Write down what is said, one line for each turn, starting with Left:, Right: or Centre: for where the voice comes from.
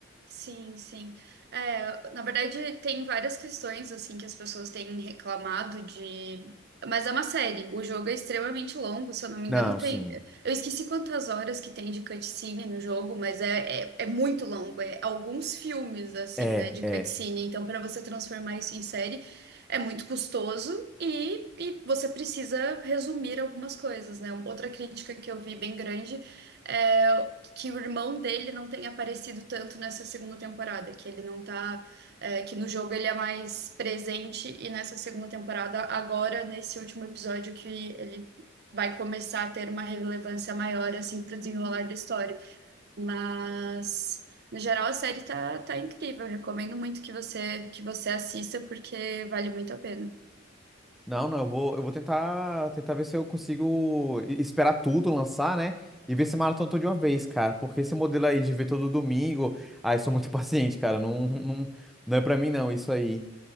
Right: Sim, sim. É, na verdade, tem várias questões assim que as pessoas têm reclamado de. Mas é uma série. O jogo é extremamente longo, se eu não me
Centre: Não,
Right: engano, tem.
Centre: sim.
Right: Eu esqueci quantas horas que tem de cutscene no jogo, mas é, é, é muito longo. É alguns filmes, assim,
Centre: É,
Right: né, de
Centre: é.
Right: cutscene. Então, para você transformar isso em série, é muito custoso e, e você precisa resumir algumas coisas, né? Outra crítica que eu vi bem grande. é que o irmão dele não tenha aparecido tanto nessa segunda temporada, que ele não tá, é, que no jogo ele é mais presente e nessa segunda temporada, agora nesse último episódio que ele vai começar a ter uma relevância maior assim pro desenrolar da história. Mas no geral a série tá, tá incrível, eu recomendo muito que você que você assista porque vale muito a pena.
Centre: Não, não, eu vou, eu vou tentar, tentar ver se eu consigo e- esperar tudo lançar, né? E ver se maratona tudo de uma vez, cara. Porque esse modelo aí de ver todo domingo, ai, sou muito <laughs> paciente, cara. Não, não, não é pra mim, não, isso aí.